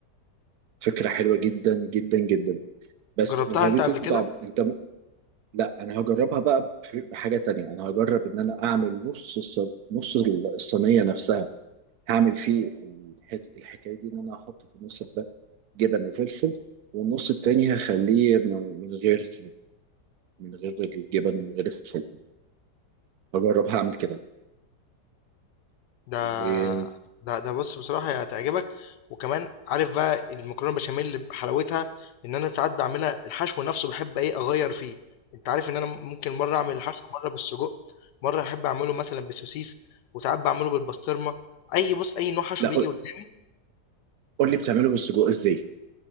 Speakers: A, on the right (about 70°); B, on the left (about 80°).
A: فكرة حلوة جدا جدا جدا بس
B: جربتها
A: وهتدي
B: انت قبل
A: طعم
B: كده
A: انت م... لا انا هجربها بقى في حاجه تانية انا هجرب ان انا اعمل نص الص... نص الصينيه نفسها هعمل فيه الحك... الحكايه دي ان انا هحط في النص ده جبن وفلفل والنص التاني هخليه م- من غير من غير الجبن ومن غير الفلفل هجرب هعمل كده
B: ده
A: وتمام
B: ده ده بص بصراحه هي هتعجبك وكمان عارف بقى المكرونه البشاميل اللي بحلاوتها ان انا ساعات بعملها الحشو نفسه بحب ايه اغير فيه انت عارف ان انا ممكن مره اعمل الحشو مره بالسجق مره احب اعمله مثلا بالسوسيس وساعات بعمله بالبسطرمه اي بص اي نوع حشو
A: لا
B: بيجي
A: قول
B: قدامي
A: قول لي بتعمله بالسجق ازاي